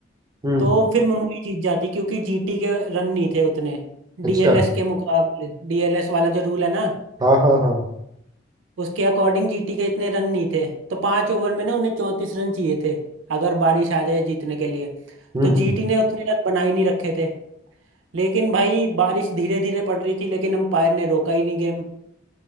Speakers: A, on the right; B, on the right.
A: हम्म
B: तो फिर मुंबई जीत जाती क्योंकि जीटी के रन नहीं थे उतने
A: अच्छा
B: डीएलएस के मुकाबले डीएलएस वाला जो रूल है ना
A: हाँ हाँ हाँ
B: उसके अकॉर्डिंग जीटी के इतने रन नहीं थे तो पांच ओवर में ना उन्हें चौंतीस रन चाहिए थे अगर बारिश आ जाए जीतने के लिए
A: हम्म
B: तो
A: हम्म
B: जीटी ने उतने रन बना ही नहीं रखे थे लेकिन भाई बारिश धीरे धीरे पड़ रही थी लेकिन अंपायर ने रोका ही नहीं गेम